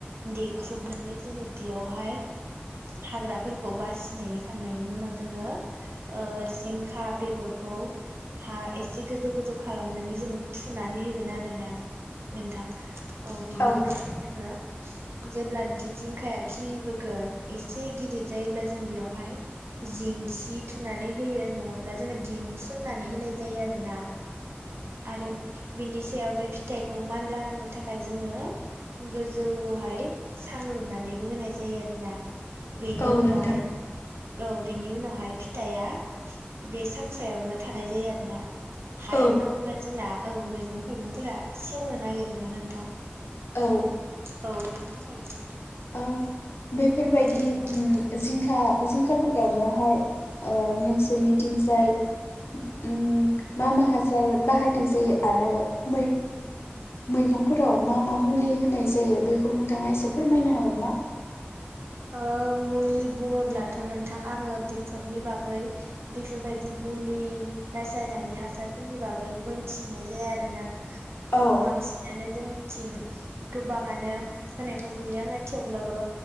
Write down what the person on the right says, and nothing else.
देख्रुबनानै जोङो बियावहाय हाग्राफोरखौ बासिनानै खांनायनि उनाव जोङो ओ जिंखा बे गरखौ हा एसे गोजौ गोजौ खालामनानै जों थुनानै होगोन आरो ना नोंथां। औ बिनि
उनावहाय जोङो जेब्लानोखि जिंखाया खिलिबोगोन एसे गिदिर जायोब्ला जों बेवहाय जिंसि थुनानै होयो नङाब्ला जोङो दिरुं सोंनानै होनाय जायो आरो ना। आरो बिनिस जेआव बे फिथाइखौ मानला होनो थाखाय जोङो गोजौहाय सां लुनानैबो होनाय जायो आरो ना। बेनि
उनावहाय
औ बिनि उनावहाय फिथाइआ बे सांसायावनो थानाय जायो आरो ना। हायाव
नाङोब्ला जोंना औ मैगं मैगंफोरा सेवनो नागिरोना नोंथां?
औ बे बेनिखायनो
आरोना
नोंथां
ओ मुलि बुङोब्लाथ' नोंथां आङो बेफोरनि बागै बेफोरबायदि मुलि रासायनारि हासारफोरनि बागै मोनथिनाय जाया आरो ना।
बांसिनानो जोंनि थिं गोबाङानो होनानायखौ नुयो आरो थेवब्लाबो